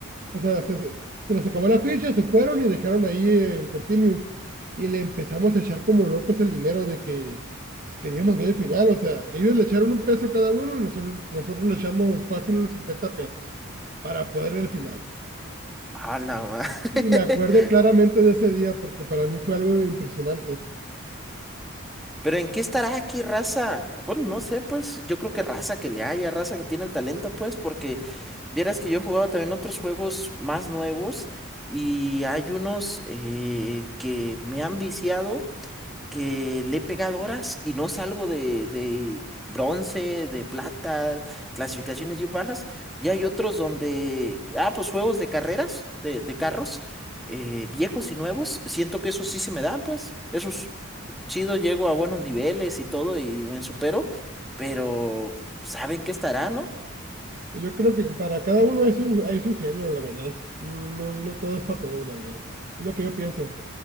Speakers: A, on the right; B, in the centre.
A: O sea, se, se- se les acabó la ficha, se fueron y dejaron ahí el continuo. Y le empezamos a echar como locos el dinero de que pues queríamos ver el final. O sea, ellos le echaron un peso cada uno y nosotros, nosotros le echamos fácil unos 50 pesos para poder ver el final.
B: A la madre.
A: Y me acuerdo
B: <laughs>
A: claramente de ese día porque para mí fue algo impresionante.
B: Pero ¿en qué estará aquí raza? Bueno, no sé, pues yo creo que raza que le haya, raza que tiene el talento, pues, porque vieras que yo he jugado también otros juegos más nuevos y hay unos eh, que me han viciado, que le he pegado horas y no salgo de, de bronce, de plata, clasificaciones bien bajas. Y hay otros donde, ah, pues juegos de carreras, de, de carros, eh, viejos y nuevos, siento que eso sí se me dan, pues, esos chido, llego a buenos niveles y todo y me supero, pero saben que estará, ¿no?
A: Yo creo que para cada uno hay su, hay su género, la verdad. No, no todo es para todos, la verdad. Es lo que yo pienso.